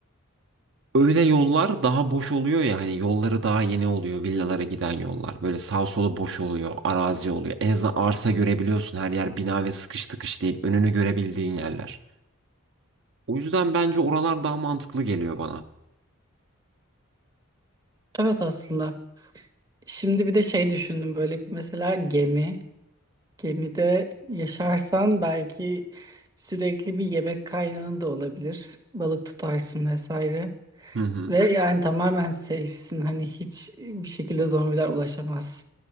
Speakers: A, on the right (about 55°); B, on the right (about 15°).
A: Öyle yollar daha boş oluyor ya hani yolları daha yeni oluyor villalara giden yollar. Böyle sağ solu boş oluyor, arazi oluyor. En azından arsa görebiliyorsun her yer bina ve sıkış tıkış değil. Önünü görebildiğin yerler. O yüzden bence oralar daha mantıklı geliyor bana.
B: Evet aslında. Şimdi bir de şey düşündüm böyle bir mesela gemi. Gemide yaşarsan belki sürekli bir yemek kaynağı da olabilir. Balık tutarsın vesaire.
A: Hı hı.
B: Ve yani tamamen safe'sin. Hani hiç bir şekilde zombiler ulaşamaz.